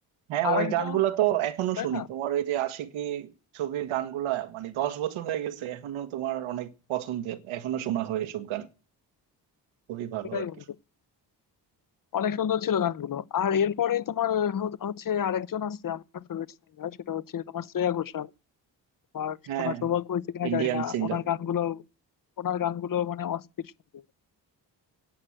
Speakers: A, on the right; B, on the left.
A: হ্যাঁ
B: আরেকজন
A: ওই গানগুলা তো এখনো
B: তাই
A: শুনি
B: না
A: তোমার ওই যে আশিকি ছবির গানগুলা মানে দশ বছর হয়ে গেছে এখনো তোমার অনেক পছন্দের এখনো শোনা হয় এসব গান খুবই ভালো
B: সেটাই
A: আর
B: বন্ধু
A: কি
B: অনেক সুন্দর ছিল গানগুলো আর এরপরে তোমার হ- হচ্ছে আরেকজন আছে আমার ফেভারিট সিঙ্গার সেটা হচ্ছে তোমার শ্রেয়া ঘোষাল আমার
A: হ্যাঁ
B: শোনা সৌভাগ্য হয়েছে কিনা
A: ইন্ডিয়ান
B: জানি না
A: সিঙ্গার
B: ওনার গানগুলো ওনার গানগুলো মানে অস্থির সুন্দর